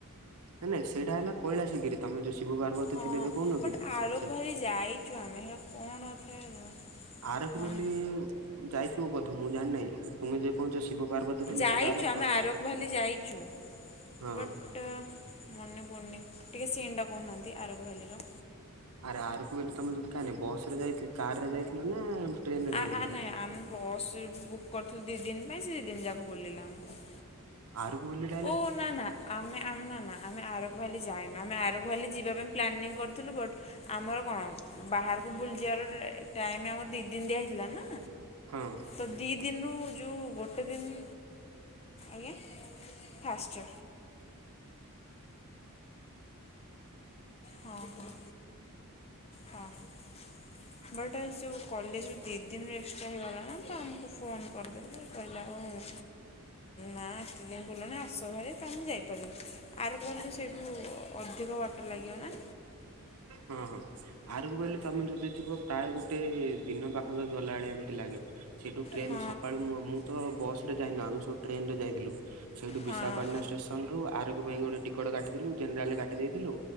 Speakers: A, on the right (about 85°); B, on the left (about 30°).
A: ନାଇଁ ନାଇଁ ସେଇଟା ହେଲା କୈଳାସ ଗିରି ତମେ ଯୋଉ ଶିବ ପାର୍ବତୀ
B: ହଁ
A: ଥିଲେ ଯୋଉ କହୁନ
B: ବଟ୍
A: କି ସେ
B: ଆରକ ଭ୍ୟାଲି ଯାଇଛୁ ଆମେ ହେ କ'ଣ ଥାଏ?
A: ଆରଖ
B: ମନେ
A: ବୋଲି ଯାଇଥିବ ବୋଧେ ମୁଁ ଜାଣିିନାହିଁ। ତୁମେ ଯେ କହୁଛ ଶିବ ପାର୍ବତୀ ଥିଲେ
B: ଯାଇଛୁ
A: ସେଇଟା ହେଲା କ
B: ଆମେ ଆରକ ଭ୍ୟାଲି ଯାଇଛୁ
A: ହଁ
B: ବଟ୍ ମନେ ପଡୁନି ଟିକେ ସିନ୍ ଟା କହୁନାହାନ୍ତି ଆରକ ଭ୍ୟାଲିର।
A: ଆର ଆରକୁ ଭ୍ୟାଲି ତମେ ଯଦି କାଁଇ ନାହିଁ ବସରେ ଯାଇଥି କାର ରେ ଯାଇଥିଲ ନା ଟ୍ରେନ ରେ
B: ଆ
A: ଯାଇଥିଲ?
B: ଆ ନାଇଁ ଆମେ ବସ୍ ବୁକ୍ କରିୁଥିଲୁ ଦି ଦିନ ପାଇଁ ସେ ଦି ଦିନ ଯାକ ବୁଲେଇଲା ଆମକୁ।
A: ଆରକୁ ଭ୍ୟାଲି ଟା
B: ଓ ନା, ନା, ଆମେ ଆମ ନା, ନା, ଆମେ ଆରକ ଭ୍ୟାଲି ଯାଇନୁ ଆମେ ଆରକ ଭ୍ୟାଲି ଯିବା ପାଇଁ ପ୍ଲାନିଙ୍ଗ କରୁଥିଲୁ ବଟ୍ ଆମର କ'ଣ ବାହାରକୁ ବୁଲିଯିବାର ଟାଇମ୍ ଆମର ଦି ଦିନ ଦିଆ ହେଇ ଥିଲା ନା।
A: ହଁ।
B: ତ ଦି ଦିନରୁ ଯୋଉ ଗୋଟେ ଦିନ ଆଜ୍ଞା ଫାଷ୍ଟ୍ର ହଁ, ହଁ, ହଁ, ‌ ବଟ୍ ଯୋଉ କଲେଜରୁୁ ଦି ଦିନରୁ ଏକ୍ସଟ୍ରା ହେଇଗଲା ନା ତ ଆମ କୁ ଫୋନ୍ କରିଦେଲେ କହିଲା ଆଉ ହଁ, ନା ଏତେ ଦିନ ବୁଲନି ଆସ ଭରି ତ ଆମେ ଯାଇପାରି ଆରକ ଭ୍ୟାଲିରୁ ସେଇଠୁ ଅଧିକ ବାଟ ଲାଗିବ ନା।
A: ହଁ, ହଁ। ଆରକୁ ଭ୍ୟାଲି ତମେ ଯଦି ଯିବ ପ୍ରାୟ ଗୋଟେ ଦିନ ପାଖାପାଖି ଗଲାଭଳିଆ ଏମିତି ଲାଗିବ। ସେଇଠୁ ଟ୍ରେନ
B: ହଁ
A: ସକାଳୁ ମୁଁ ମୁଁ ତ ବସ ରେ ଯାଇନୁ ଆମେ ସବୁ ଟ୍ରେନ ରେ ଯାଇଥିଲୁ। ସେଇଠୁ
B: ହଁ
A: ବିଶାଖାପାଟନା ଷ୍ଟେସ ସନରୁ ଆରକ ପାଇଁ ଗୋଟେ ଟିକଟ କାଟିଥିଲୁ ଜେନେରାଲରେ କାଟି ଦେଇଥିଲୁ